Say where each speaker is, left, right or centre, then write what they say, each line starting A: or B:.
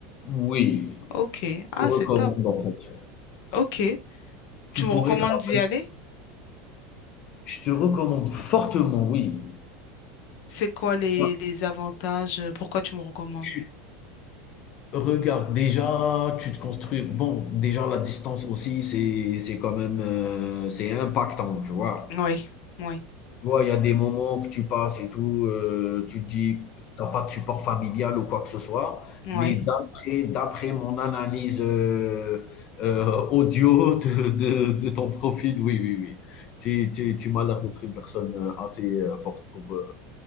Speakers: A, on the left; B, on the left.
A: oui,
B: Ok. Ah,
A: te recommande
B: c'est top.
A: en fait.
B: Ok.
A: Tu
B: Tu
A: pourrais
B: me recommandes
A: travailler.
B: d'y aller?
A: Je te recommande fortement, oui.
B: C'est quoi les,
A: Ouais,
B: les avantages? euh, Pourquoi tu me recommandes?
A: Tu regardes déjà, tu te construis. Bon, déjà la distance aussi, c'est c'est quand même euh, c'est impactant, tu vois.
B: Oui, oui,
A: Tu vois, il y a des moments que tu passes et tout, heu, tu te dis: t'as pas de support familial ou quoi que ce soit»,
B: oui.
A: mais d'après d'après mon analyse, heu heu, audio de de de ton profil, oui, oui, oui. Tu tu tu m'as l'air d'être une personne, heu, assez, heu, forte pour, heu,